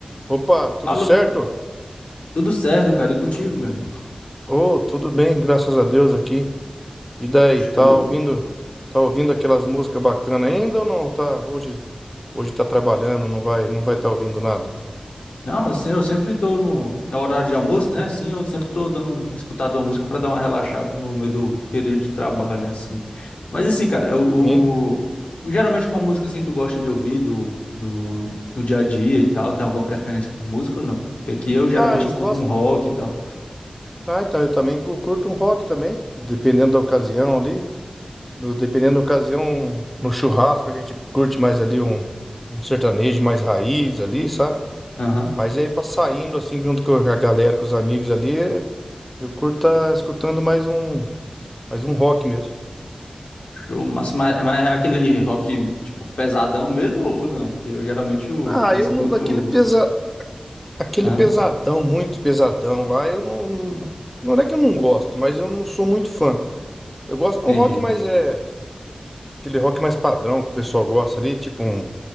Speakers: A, in the centre; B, on the left (about 80°).
A: Opa, tudo
B: Fala,
A: certo?
B: tudo certo, cara, e contigo, meu irmão?
A: Oh, tudo bem, graças a Deus aqui. E daí,
B: Show.
A: tá ouvindo, tá ouvindo aquelas músicas bacanas ainda ou não? Tá, hoje, hoje tá trabalhando, não vai, não vai tá ouvindo nada.
B: Não, assim, eu sempre tô no, no horário de almoço, né? Assim, eu sempre tô dando um, escutado uma música pra dar uma relaxada no meio do, do período de trabalho, né? Assim. Mas assim, cara, o,
A: Hein?
B: o- geralmente qual música assim tu gosta de ouvir do, no, no dia a dia e tal? Tem alguma preferência por música ou não? Porque aqui eu geralmente
A: Ah, eu
B: escuto
A: gosto.
B: um rock e tal.
A: Ah, então eu também cu- curto um rock também, dependendo da ocasião ali. No- dependendo da ocasião, no churrasco a gente curte mais ali um, um sertanejo mais raiz ali, sabe?
B: Aham.
A: Mas aí pra saindo assim junto com a galera, com os amigos ali, é, eu curto tá escutando mais um Faz um rock mesmo.
B: Show, mas, mas, mas é aquele rock, tipo, pesadão mesmo ou não? Porque eu geralmente eu,
A: Ah,
B: eu
A: eu
B: escuto.
A: não, daquele pesa, aquele
B: Aham,
A: pesadão, muito pesadão lá, eu não, não é que eu não gosto, mas eu não sou muito fã. Eu gosto de
B: entendi.
A: um rock mais, é, aquele rock mais padrão que o pessoal gosta ali, tipo um,